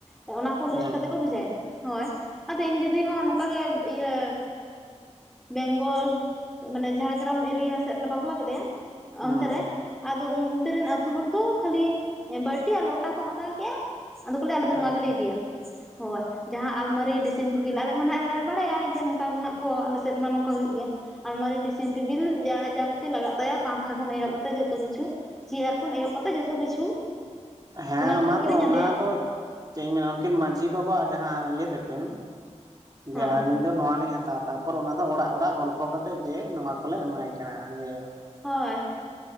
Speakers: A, in the centre; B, on the right.
A: ᱚᱱᱟ ᱠᱚ ᱞᱤᱥᱴ
B: ᱦᱮᱸ
A: ᱠᱟᱛᱮᱫ ᱠᱚ ᱵᱷᱮᱡᱟᱭᱟ᱾ ᱦᱳᱭ ᱟᱫᱚ ᱤᱧ ᱫᱤᱫᱤ ᱦᱚᱸ ᱱᱚᱝᱠᱟᱜᱮ ᱤᱭᱟᱹ ᱵᱮᱝᱜᱚᱞ ᱢᱟᱱᱮ ᱡᱷᱟᱲᱜᱨᱟᱢ ᱮᱨᱤᱭᱟ ᱥᱮᱫ ᱨᱮᱞᱮ ᱵᱟᱯᱞᱟ ᱠᱮᱫᱮᱭᱟ
B: ᱦᱮᱸ
A: ᱚᱱᱛᱮ ᱨᱮ ᱟᱫᱚ <unintelligible> <unintelligible> ᱨᱮᱱ ᱟᱹᱛᱩ ᱦᱚᱲ ᱫᱚ ᱠᱷᱟᱹᱞᱤ ᱵᱟᱹᱴᱤ ᱟᱨ ᱞᱚᱴᱟ ᱠᱚ ᱦᱟᱛᱟᱣ ᱠᱮᱫᱼᱟ ᱟᱫᱚ ᱠᱚ ᱞᱟᱹᱭᱟ ᱟᱞᱮ
B: ᱦᱮᱸ
A: ᱫᱚ ᱱᱚᱣᱟ ᱜᱮᱞᱮ ᱤᱫᱤᱭᱟ ᱦᱳᱭ ᱡᱟᱦᱟᱸ ᱟᱞᱢᱟᱨᱤ ᱰᱤᱥᱤᱱ ᱴᱤᱵᱤᱞ ᱟᱞᱮ ᱢᱟ ᱱᱟᱸᱜ ᱟᱞᱮ ᱞᱮ ᱵᱟᱲᱟᱭᱟ ᱡᱮ ᱱᱚᱝᱠᱟ ᱜᱮ ᱦᱟᱸᱜ ᱠᱚ ᱟᱞᱮ ᱥᱮᱫ ᱨᱮᱢᱟ ᱱᱚᱝᱠᱟ ᱦᱩᱭᱩᱜ ᱜᱮᱭᱟ ᱟᱨᱞᱢᱟᱨᱤ ᱰᱨᱮᱥᱤᱝ ᱴᱮᱵᱤᱞ ᱡᱟ ᱡᱟᱵᱚᱛᱤ ᱞᱟᱜᱟᱜ ᱛᱟᱭᱟ ᱯᱟᱝᱠᱷᱟ ᱠᱷᱚᱱ ᱮᱦᱚᱵ ᱠᱟᱛᱮ ᱡᱚᱛᱚ ᱠᱤᱪᱷᱩ ᱪᱮᱭᱟᱨ ᱠᱷᱚᱱ ᱮᱦᱚᱵ ᱠᱟᱛᱮ ᱡᱚᱛᱚ ᱠᱤᱪᱷᱩ
B: ᱦᱮᱸ
A: ᱠᱚᱞᱮ
B: ᱚᱱᱟ
A: ᱠᱤᱨᱤᱧ
B: ᱫᱚ ᱚᱱᱟ
A: ᱟᱫᱮᱭᱟ
B: ᱫᱚ ᱪᱮᱫ ᱤᱧ ᱢᱮᱱᱟ ᱩᱱᱠᱤᱱ ᱢᱟᱺᱡᱷᱤ ᱵᱟᱵᱟᱣᱟᱜ ᱡᱟᱦᱟᱸ ᱤᱭᱟᱹ ᱛᱟᱹᱠᱤᱱ ᱡᱮ
A: ᱦᱮᱸ
B: ᱟᱹᱞᱤᱧ ᱫᱚ ᱱᱚᱣᱟ ᱞᱤᱧ ᱦᱟᱛᱟ ᱛᱟᱯᱚᱨ ᱚᱱᱟ ᱫᱚ ᱚᱲᱟᱜ ᱚᱲᱟᱜ ᱜᱚᱞᱯᱷᱚ ᱠᱟᱛᱮᱫ ᱡᱮ ᱱᱚᱣᱟ ᱠᱚᱞᱮ ᱮᱢᱟᱭ ᱠᱟᱱᱟ ᱡᱮ
A: ᱦᱳᱭ